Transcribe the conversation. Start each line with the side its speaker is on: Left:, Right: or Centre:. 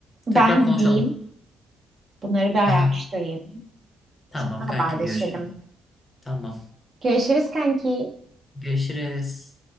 Right: Ben
Left: Tekrar konuşalım.
Right: gideyim. Bunları bir araştırayım.
Left: <laughs> Tamam
Right: Sonra
Left: kankim
Right: haberleşelim.
Left: görüşürüz. Tamam.
Right: Görüşürüz kanki.
Left: Görüşürüz.